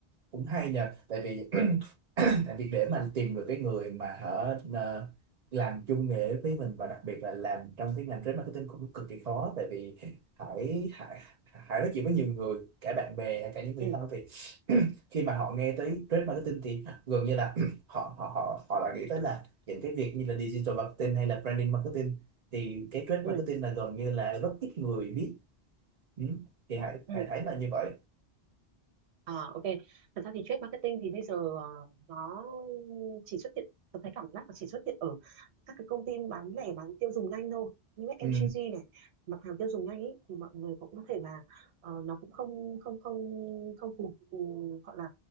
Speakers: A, on the right; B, on the right.
A: cũng hay nhờ tại vì <clears throat> <clears throat> tại vì để mà anh tìm được cái người mà hở ờ, làm chung nghề với mình và đặc biệt là làm trong cái ngành trade marketing cũng cực kỳ khó tại vì Hải Hải Hải nói chuyện với nhiều người cả bạn bè hay cả những người
B: ừ
A: thân thì <clears throat> khi mà họ nghe tới trade marketing thì gần như là <clears throat> họ họ họ họ lại nghĩ tới là những cái việc như là digital marketing hay là branding marketing thì cái trade
B: ừ
A: marketing là gần như là rất ít người biết ừ. thì Hải
B: ừ
A: Hải thấy là như vậy
B: à, ok thật ra thì trade marketing thì bây giờ ờ, nó chỉ xuất hiện tớ thấy cảm giác là chỉ xuất hiện ở các cái công ty bán lẻ bán tiêu dùng nhanh thôi như FMCG
A: ừ.
B: này mặt hàng tiêu dùng nhanh ấy thì mọi người cũng có thể là ờ, nó cũng không không không không phù ừ, gọi là